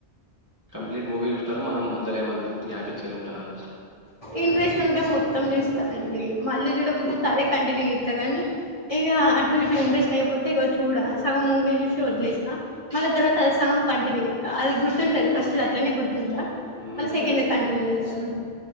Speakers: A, on the right; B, on the left.
A: కంప్లీట్ మూవీ చూస్తార మనంమా పెద్దలే ఏమన్నా గ్యాప్ ఇచ్చేది ఉంటుందా
B: ఇంట్రెస్ట్ ఉంటే మొత్తం చూస్తా అండి మళ్ళీ చూడబొద్దు అదే కంటిన్యూ చేస్తా కానీ ఇక అటు ఇటు ఇంట్రెస్ట్ అయిపోతే ఇక చూడ సగం మూవీ చూసి వదిలేస్తా మళ్ళీ తర్వాత అది సగం కంటిన్యూస్త అది గుర్తుంటుంది ఫస్ట్ అట్లనే గుర్తు మ
A: హ్మ్.
B: సెకండ్ కంటిన్యూ ఇతాను